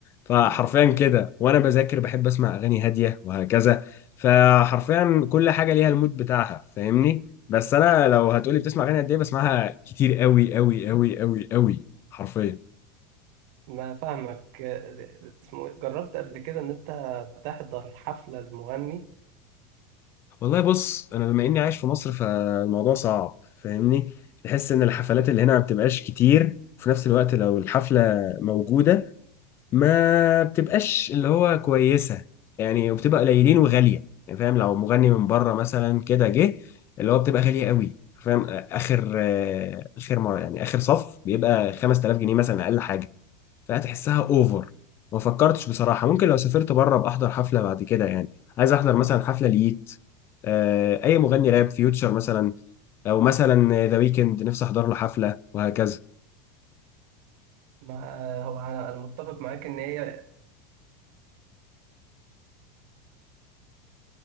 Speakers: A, on the left; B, on the right.
A: فحرفيا
B: مم.
A: كده وأنا بذاكر بحب أسمع أغاني هادية وهكذا فحرفيا كل حاجه ليها المود بتاعها فاهمني بس انا لو هتقولي بتسمع اغاني قد ايه بسمعها كتير قوي قوي قوي قوي قوي حرفيا
B: انا فاهمك آه، اسمه إيه؟ جربت قبل كده ان انت تحضر حفلة لمغني
A: والله بص انا بما اني عايش في مصر فالموضوع صعب فاهمني تحس ان الحفلات اللي هنا ما بتبقاش كتير وفي نفس الوقت لو الحفله موجوده ما بتبقاش اللي هو كويسة يعني وبتبقى قليلين وغالية يعني فاهم لو مغني من بره مثلا كده جه اللي هو بتبقى غالية قوي فاهم آخر آه، آخر مر- يعني آخر صف بيبقى 5000 جنيه مثلا أقل حاجة فهتحسها أوفر ما فكرتش بصراحة ممكن لو سافرت بره بأحضر حفلة بعد كده يعني عايز أحضر مثلا حفلة ليت آه، أي مغني راب فيوتشر مثلا أو مثلا ذا ويكند نفسي أحضر له حفلة وهكذا
B: ما آه، هو انا أنا متفق معاك ان هي